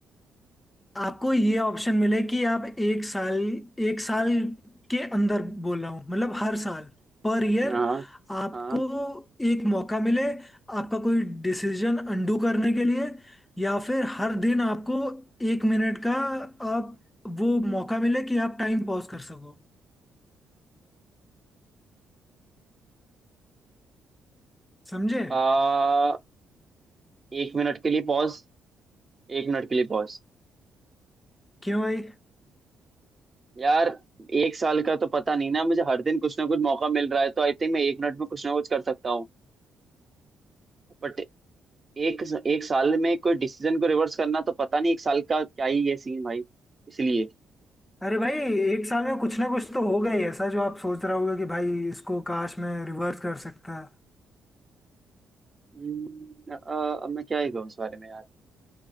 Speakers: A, on the left; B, on the right.
A: आपको ये ऑप्शन मिले कि आप एक साल एक साल के अंदर बोल रहा हूँ मतलब हर साल पर ईयर
B: हाँ
A: आपको
B: हाँ
A: एक मौका मिले आपका कोई डिसीजन अंडू करने के लिए या फिर हर दिन आपको एक मिनट का आप वो मौका मिले कि आप टाइम पॉज कर सको समझे
B: आ, एक मिनट के लिए पॉज एक मिनट के लिए पॉज
A: क्यों भाई
B: यार एक साल का तो पता नहीं ना मुझे हर दिन कुछ ना कुछ मौका मिल रहा है तो आई थिंक मैं एक मिनट में कुछ ना कुछ कर सकता हूँ बट एक एक साल में कोई डिसीजन को रिवर्स करना तो पता नहीं एक साल का क्या ही ये सीन भाई इसलिए
A: अरे भाई एक साल में कुछ ना कुछ तो होगा ही ऐसा जो आप सोच रहा होगा कि भाई इसको काश मैं रिवर्स कर सकता
B: हम्म, आ, अब मैं क्या ही कहूँ इस बारे में यार